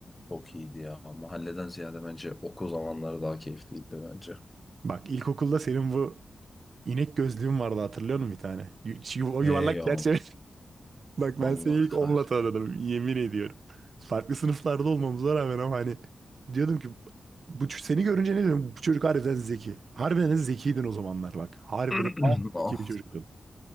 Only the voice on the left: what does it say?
çok iyiydi ya. Mahalleden ziyade bence okul zamanları daha keyifliydi bence.
Hey
ya
Allah
kahretsin.
<clears throat>
Ah,